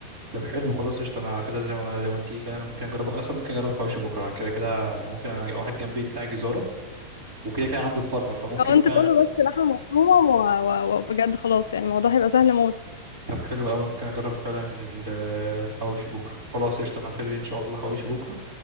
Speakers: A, on the right; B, on the left.
A: طب حلو خلاص قشطة أنا كده زي ما زي ما قلت لي فعلا أنا ممكن أجرب أصلا ممكن أجرب الحواوشي بكرة أنا كده كده ممكن ألاقي واحد جنبي بتاع جزارة وكده كده عنده الفارما فممكن
B: او انت
A: فعلا
B: تقول له بس لحمه مفرومه و- و- وبجد خلاص يعني الموضوع هيبقى سهل موت
A: طب حلو أوي ممكن أجرب فعلا ال- آه، الحواوشي بكرة خلاص قشطة أنا هخلي إن شاء الله الحواوشي بكرة